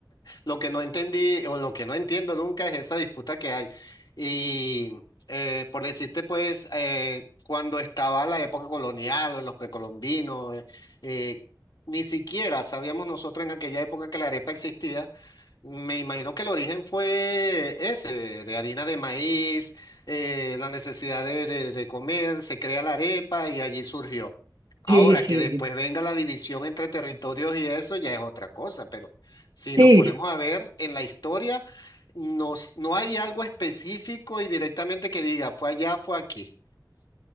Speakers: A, on the left (about 70°); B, on the right (about 70°).
A: Lo que no entendí o lo que no entiendo nunca es esa disputa que hay. Y eh, por decirte, pues, eh, cuando estaba la época colonial o en los precolombinos, eh, eh, ni siquiera sabíamos nosotros en aquella época que la arepa existía. Me imagino que el origen fue ese, de harina de maíz, eh, la necesidad de, de- de comer, se crea la arepa y allí surgió. Ahora
B: Sí, sí,
A: que después
B: sí.
A: venga la división entre territorios y eso ya es otra cosa, pero si
B: Sí,
A: nos ponemos a ver en la historia, nos, no hay algo específico y directamente que diga fue allá, fue aquí.